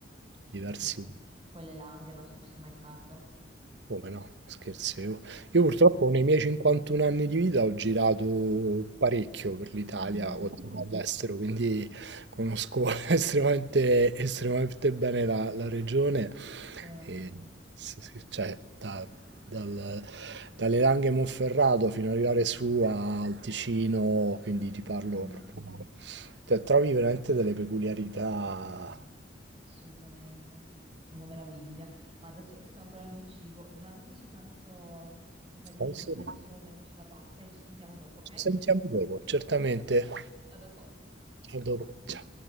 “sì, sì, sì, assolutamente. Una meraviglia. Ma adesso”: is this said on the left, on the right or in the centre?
Right